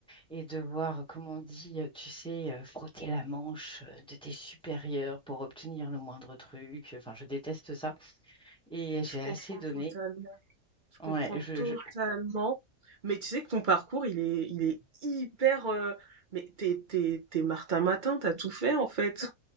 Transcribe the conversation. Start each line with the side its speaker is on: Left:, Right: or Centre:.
Centre: et devoir, comme on dit, euh, tu sais, euh, frotter la manche euh, de tes supérieurs pour obtenir le moindre truc. Enfin, je déteste ça et j'ai
Right: Je comprends
Centre: assez donné.
Right: totalement. Je
Centre: Ouais,
Right: comprends
Centre: je,
Right: totalement.
Centre: je-
Right: Mais tu sais que ton parcours, il est, il est hyper. euh, mais t'es, t'es, t'es Martin Matin, t'as tout fait en fait.